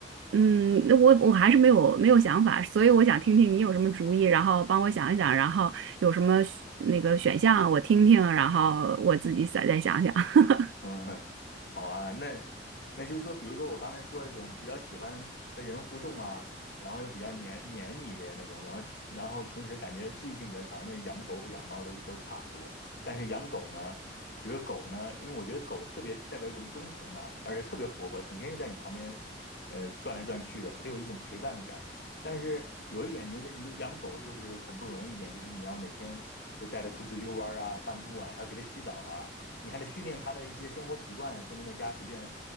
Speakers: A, on the right; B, on the left.
A: 嗯，那我我还是没有没有想法，所以我想听听你有什么主意，然后帮我想一想，然后有什么选那个选项我听听，然后我自己再再想想。<laughs>
B: <laughs> 嗯，好啊，那那就说，比如说我刚才说的这种比较喜欢和人互动啊，然后又比较黏黏你的呀那种，然后然后平时感觉治愈性比较强那养狗和养猫都都差不多，但是养狗呢，比如狗呢，因为我觉得狗特别代表一种忠诚嘛，而且特别活泼，成天就在你旁边，呃，转来转去的，它有一种陪伴的感。但是有一点就是，你养狗就是很不容易一点，就是你要每天就带它出去遛弯儿啊、散步啊，还要给它洗澡啊。你还得训练它的一些生活习惯呀，不能在家随便